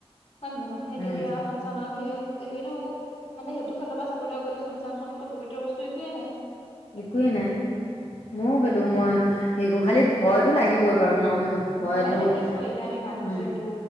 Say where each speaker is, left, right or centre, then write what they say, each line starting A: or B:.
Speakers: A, on the left; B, on the left.
A: হয়ে নহয় সেই
B: উম
A: তেতিয়া চমচানত সেই সেইটো মানে সেইটো ফালৰ পৰা চাবলৈ গ'লে চমচানখননক পৱিত্ৰ বস্তু একোৱেই নাই।
B: একোৱেই নাই
A: উম
B: মোৰ সেইটো মই হেৰি কৰো খালি ভয় টো লাগিবই বাৰু ন সেইটো ভয়তো
A: ভয়ে লাগিব এতিয়া আমি মানুহ
B: উম
A: যিহেতু